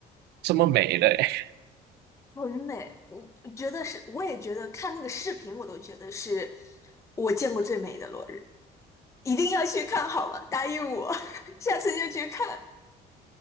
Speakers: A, on the right; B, on the left.
A: 这么美的。<laughs>
B: 很美，我我觉得是，我也觉得看那个视频，我都觉得是我见过最美的落日，一定要去看好了，答应我，<laughs> 下次就去看。